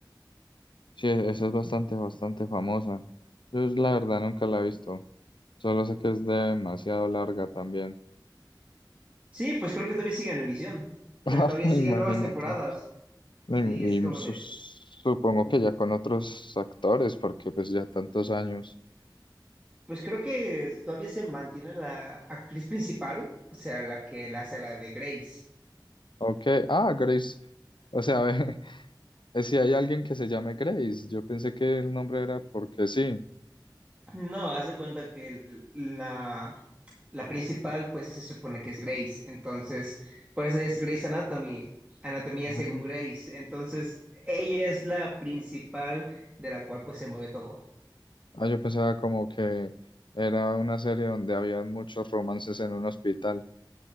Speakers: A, on the left; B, on the right.
A: Sí, e, esa es bastante, bastante famosa. Yo es- la verdad nunca la he visto. Solo sé que es demasiado larga también.
B: Sí, pues creo que todavía siguen en emisión.
A: <laughs>
B: O sea, todavía
A: Imagínate.
B: siguen nuevas temporadas.
A: Y,
B: Sí, es como
A: y su-
B: de,
A: supongo que ya con otros actores, porque pues ya tantos años.
B: Pues creo que todavía se mantiene la actriz principal, o sea, la que la hace la de Grace.
A: Ok, ah, Grace. O sea, <laughs> ve, eh, si hay alguien que se llame Grace, yo pensé que el nombre era porque sí.
B: No, haz de cuenta que el- la, la principal, pues se supone que es Grace. Entonces, por eso es Grace Anatomy, anatomía según
A: Ah,
B: Grace. Entonces, ella es la principal de la cual pues se mueve todo.
A: Ah, yo pensaba como que era una serie donde habían muchos romances en un hospital.